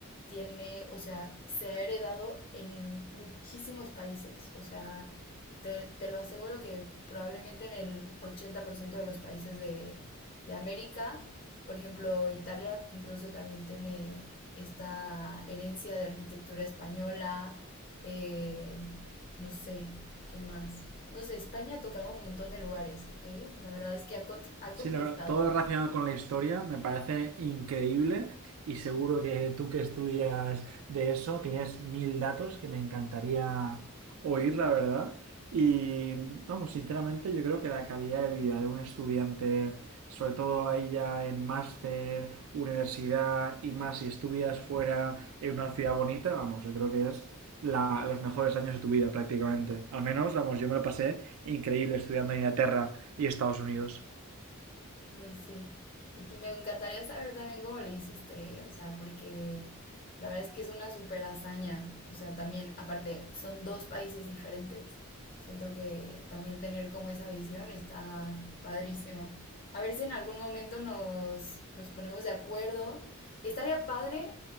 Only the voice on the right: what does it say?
Sí, la verdad, todo relacionado con la historia me parece increíble y seguro que tú que estudias de eso tienes mil datos que me encantaría oír, la verdad. Y vamos, sinceramente yo creo que la calidad de vida de un estudiante, sobre todo ahí ya en máster, universidad y más si estudias fuera en una ciudad bonita, vamos, yo creo que es la- los mejores años de tu vida prácticamente. Al menos, vamos, yo me lo pasé increíble estudiando en Inglaterra y Estados Unidos.